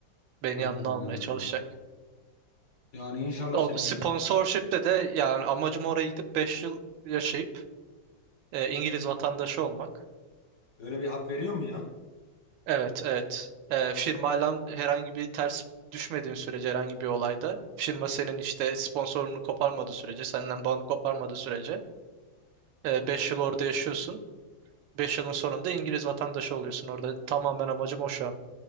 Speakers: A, on the right (about 85°); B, on the left (about 50°).
A: beni
B: He.
A: yanına almaya çalışacak.
B: Yani inşallah
A: O
B: senin
A: sponsorship'te de yani amacım oraya gidip 5 yıl yaşayıp e, İngiliz vatandaşı olmak.
B: Öyle bir hak veriyor mu ya?
A: Evet, evet. Ee, firmayla herhangi bir ters düşmediğin sürece herhangi bir olayda firma senin işte sponsorunu koparmadığı sürece senden bağını koparmadığı sürece e, 5 yıl orada yaşıyorsun. 5 yılın sonunda İngiliz vatandaşı oluyorsun orada. Tamamen amacım o şu an.